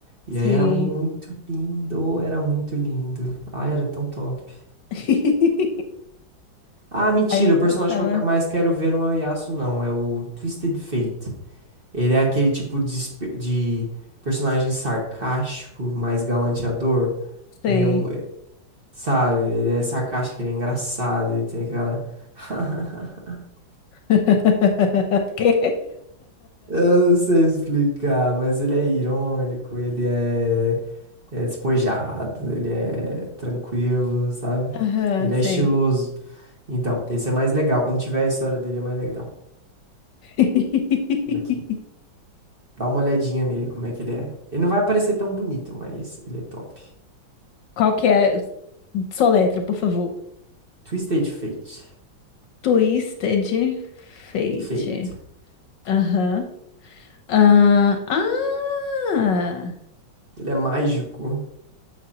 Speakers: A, on the right; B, on the left.
A: E
B: Sim.
A: aí era muito lindo. Era muito lindo. Ai, era tão top.
B: <laughs>
A: Ah, mentira.
B: Aí eu
A: O
B: gostava.
A: personagem que eu ca- mais quero ver não é o Yasuo, não. É o Twisted Fate. Ele é aquele tipo de, espe- de personagem sarcástico, mais galanteador.
B: Sei.
A: Meio. Sabe? Ele é sarcástico, ele é engraçado, ele tem aquela. <laughs>
B: <laughs> Quê?
A: Eu não sei explicar, mas ele é irônico, ele é, é despojado, ele é tranquilo, sabe?
B: Aham,
A: Ele
B: sei.
A: é estiloso. Então, esse é mais legal. Quando tiver a história dele, é mais legal.
B: <laughs>
A: Ok. Dá uma olhadinha nele, como é que ele é. Ele não vai aparecer tão bonito, mas ele é top.
B: Qual que é? Soletra, por favor.
A: Twisted Fate.
B: Twisted Fate.
A: Fate.
B: Aham. Ah, ah,
A: Ele é mágico.